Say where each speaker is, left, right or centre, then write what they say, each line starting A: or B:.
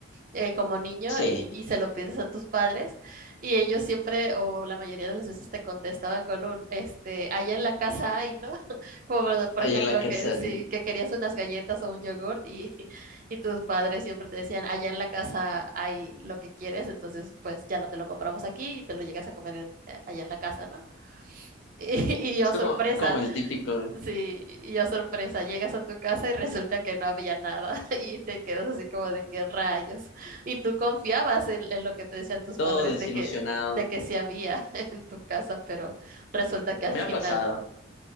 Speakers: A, on the right; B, on the left.
A: eh, como niño
B: Sí.
A: y, y se lo pides a tus padres y ellos siempre o la mayoría de las veces te contestaban con un, este, allá en la casa hay, ¿no? <laughs> Como por por
B: Allá
A: ejemplo
B: en la casa.
A: que sí,
B: ¿eh?
A: que querías unas galletas o un yogurt y, <laughs> y tus padres siempre te decían, allá en la casa hay lo que quieres, entonces pues ya no te lo compramos aquí y te lo llegas a comer en- eh, allá en la casa, ¿no? <laughs> Y, y yo,
B: Es
A: sorpresa.
B: como, como el típico, ¿eh?
A: Sí, y yo sorpresa, llegas a tu casa y resulta que no había nada <laughs> y te quedas así como de qué rayos. Y tú confiabas en, en lo que te decían tus
B: todo
A: padres
B: desilusionado.
A: de que, de que sí había <laughs> en tu casa, pero resulta que al
B: Me
A: final
B: ha pasado.
A: no.